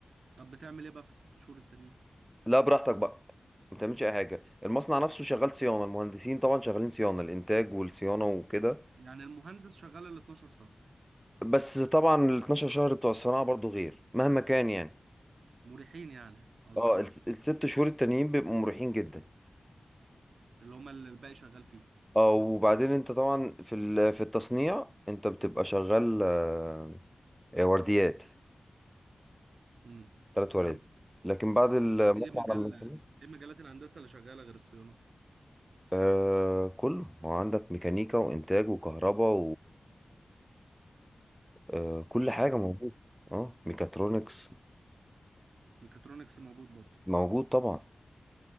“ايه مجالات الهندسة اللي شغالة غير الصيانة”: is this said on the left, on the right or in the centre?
Right